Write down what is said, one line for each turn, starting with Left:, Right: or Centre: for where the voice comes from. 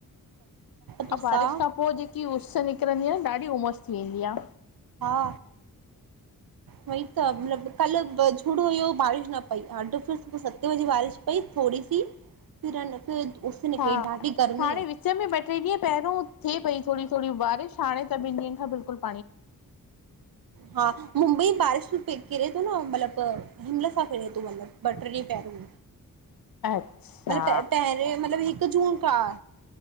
Right: तुस
Left: अऊ बारिश
Right: आ
Left: खां पोइ जेकी उस निकरंदी आहे न ॾाढी ओमस। ऑस्ट्रेलिया
Right: हा वई त मतिलब। कल्ह झुड़ हुयो बारिश न पई ह सुबुह सते बजे बारिश पई थोरी सी। फिर न फिर उस निकिरी
Left: हा
Right: ॾाढी गर्मी
Left: हाणे
Right: आ
Left: विच में ॿ ट्रे ॾींहं पहरों थे पई। थोरी थोरी बारिश हाणे टा बिन डीयण खा बिलकुल बंद।
Right: हा मुंबई बारिश पयी किरे। मतलबु हिमल सां फिरे थो मतिलबु ॿ ट्रे ॾींहं पहरों।
Left: आ। अच्छा
Right: मतलब प पहिरें मतलब हिकु जून खां।